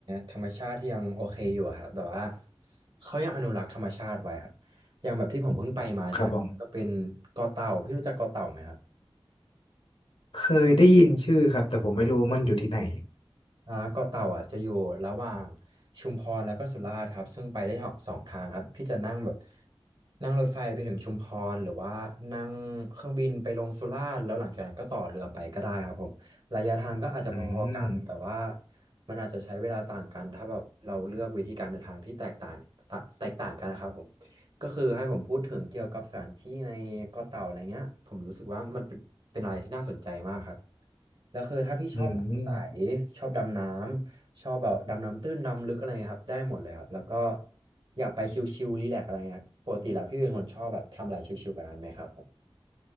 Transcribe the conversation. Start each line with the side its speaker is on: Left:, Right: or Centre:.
Right: ธรรมชาติที่ยังโอเคอยู่อะครับแบบว่าเขายังอนุรักษ์ธรรมชาติไว้ครับอย่างแบบที่ผมเพิ่งไปมาใช่ไหมก็เป็นเกาะเต่าพี่รู้จักเกาะเต่าไหมครับ
Left: ครับผม เคยได้ยินชื่อครับแต่ผมไม่รู้มันอยู่ที่ไหน
Right: อ่าเกาะเต่าอ่ะจะอยู่ระหว่างชุมพรแล้วก็สุราษฎร์ครับซึ่งไปได้สองสองทางครับพี่จะนั่งแบบนั่งรถไฟไปถึงชุมพรหรือว่านั่งเครื่องบินไปลงสุราษฎร์แล้วหลังจากนั้นก็ต่อเรือไปก็ได้ครับผมระยะทางก็อาจจะพอๆกันแต่ว่า
Left: อืม
Right: มันอาจจะใช้เวลาต่างกันถ้าแบบเราเลือกวิธีการเดินทางที่แตกต่างตะแตกต่างกันนะครับผมก็คือให้ผมพูดถึงเกี่ยวกับสถานที่ในเกาะเต่าอะไรเงี้ยผมรู้สึกว่ามันเป็นเป็นอะไรที่น่าสนใจมากครับ แล้วคือถ้าพี่ชอบน้ำใส
Left: อืม
Right: ชอบดำน้ำชอบแบบดำน้ำตื้นดำลึกอะไรครับได้หมดเลยครับแล้วก็อยากไปชิลๆรีแลกซ์อะไรครับปกติแล้วพี่เป็นคนชอบแบบทำอะไรชิลๆแบบนั้นไหมครับผม